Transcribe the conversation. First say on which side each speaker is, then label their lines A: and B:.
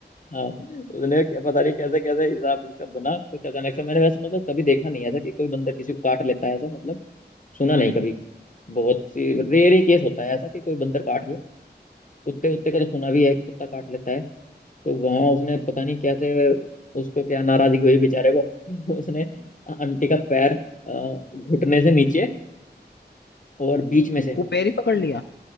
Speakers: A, on the left; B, on the left.
A: हाँ उसने क्या पता नहीं कैसे कैसे हिसाब उसका बना कुछ अचानक से मैंने वैसे मतलब कभी देखा नहीं ऐसा कि कोई बंदर किसी को काट लेता है ऐसा मतलब सुना नहीं कभी बहुत सी रेयर ही केस होता है ऐसा कि कोई बंदर काट ले कुत्ते उत्ते का तो सुना भी है कि कुत्ता काट लेता है तो वहां उसने पता नहीं कैसे उसको क्या नाराजगी हुई बेचारे को <laughs> उसने आंटी का पैर अ, घुटने से नीचे और बीच में से
B: कुपेर ही पकड़ लिया